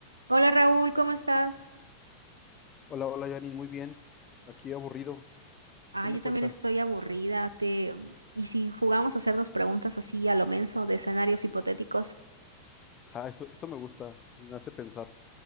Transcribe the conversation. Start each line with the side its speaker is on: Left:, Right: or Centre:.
Right: Hola Raúl, ¿cómo estás?
Left: Hola, hola, Janine, muy bien. Aquí aburrido.
Right: Ah,
Left: ¿Qué me
Right: yo
Left: cuentas?
Right: también estoy aburrida. Te... ¿Y si jugamos a hacernos preguntas así a lo menso de escenarios hipotéticos?
Left: Ah, eso, eso me gusta, me hace pensar.